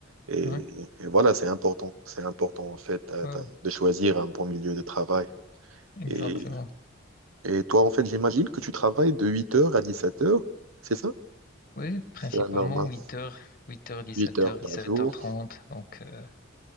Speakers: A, on the right; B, on the left.
A: Et,
B: ouais,
A: et voilà, c'est important. C'est important, en fait, euh,
B: ouais,
A: t'as-
B: ouais.
A: de choisir un bon milieu de travail.
B: exactement.
A: Et, et toi, en fait, j'imagine que tu travailles de 8 heures à 17 heures, c'est ça?
B: Oui, principalement
A: C'est la normale.
B: huit heures 8 8h, 17h,
A: 8 heures par
B: 17h30,
A: jour.
B: donc... euh,